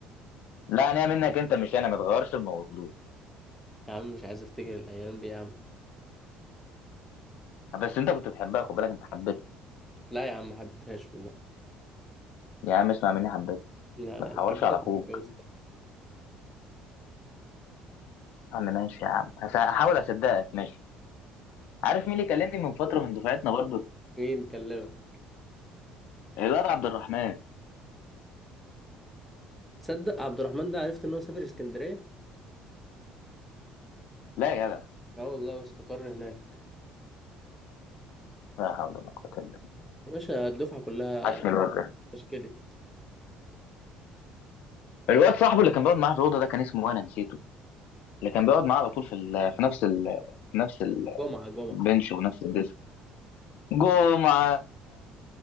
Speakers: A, on the left; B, in the centre.
A: لا انا منك انت مش انا ما تغيرش الموضوع
B: يا عم مش عايز افتكر الايام دي يا عم
A: بس انت كنت بتحبها خد بالك انت حبيتها
B: لا يا عم ما حبيتهاش والله
A: يا عم اسمع مني حبيتها
B: لا لا
A: ما تحورش
B: لو حبيتك
A: على اخوك
B: كنت اتجوزت
A: يا عم ماشي يا عم هس- هحاول اصدقك ماشي عارف مين اللي كلمني من فتره من دفعتنا برضو
B: مين كلمك
A: الواد عبد الرحمن
B: تصدق عبد الرحمن ده عرفت ان هو سافر اسكندريه
A: لا يا جدع
B: اه والله واستقر هناك
A: لا حول ولا قوه الا بالله
B: يا باشا الدفعه كلها
A: عشمي الواد ده
B: تشكيلي
A: الواد صاحبه اللي كان بيقعد معاه في الاوضه ده كان اسمه إيه؟ انا نسيته اللي كان بيقعد معاه على طول في ال... في نفس ال... في نفس
B: جمعه جمعه
A: البنش ونفس الديسك جمعه